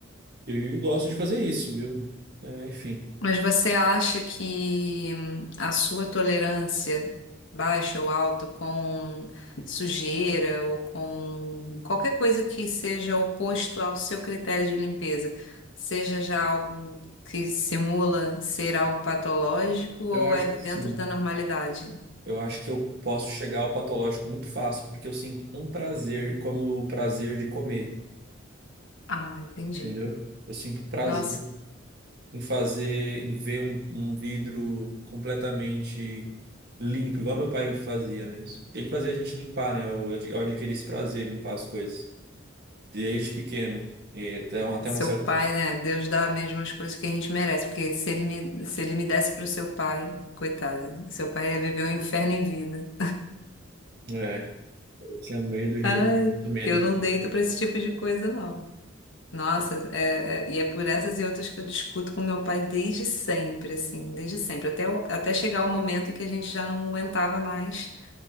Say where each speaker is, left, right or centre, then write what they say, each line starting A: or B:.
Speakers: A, on the right; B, on the left.
A: Eu gosto de fazer isso, viu? É, enfim.
B: Mas você acha que hum, a sua tolerância baixa ou alta com sujeira ou com qualquer coisa que seja oposto ao seu critério de limpeza, seja já algo que simula ser algo patológico ou
A: Eu acho
B: é dentro
A: que sim.
B: da normalidade?
A: Eu acho que eu posso chegar ao patológico muito fácil, porque eu sinto um prazer como o prazer de comer,
B: Ah, entendi.
A: entendeu? Eu sinto prazer
B: Nossa.
A: em fazer, em ver um, um vidro completamente limpo, igual meu pai fazia mesmo. Ele fazia a gente limpar, né? Eu, eu adquiri esse prazer em limpar as coisas desde pequeno. E até, uma- até
B: Seu
A: uma certa.
B: pai, né? Deus dá mesmo as coisas que a gente merece, porque se ele me, se ele me desse pro seu pai, coitado, seu pai ia viver um inferno em vida.
A: É, eu tinha medo, e
B: Ai,
A: eu tinha muito medo
B: eu
A: de
B: não
A: confrontar.
B: deito pra esse tipo de coisa, não. Nossa, é- é- e é por essas e outras que eu discuto com meu pai desde sempre, assim, desde sempre, até, o- até chegar o momento em que a gente já não aguentava mais